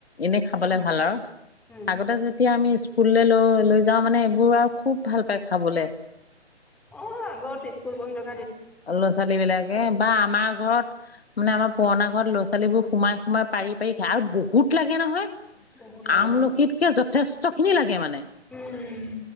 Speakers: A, on the left; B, in the centre.
A: এনেই খাবলে
B: উম
A: ভাল আও
B: উম
A: আগতে যেতিয়া আমি স্কুললৈ লৈ লৈ যাওঁ মানে এইবোৰ আও খুব ভাল পায় খাবলৈ
B: অৱ আগত স্কুল বহি থাকোতে
A: ল'ৰা-ছোৱালী বিলাকে বা আমাৰ ঘৰত মানে আমাৰ পুৰণা ঘৰত ল'ৰা-ছোৱালীবোৰ সোমাই সোমাই পাৰি পাৰি খায় আৰু বহুত লাগে নহয়।
B: বহুত লাগে
A: আমলখিতকে
B: ন?
A: যথেষ্ট খিনি লাগে মানে
B: উম,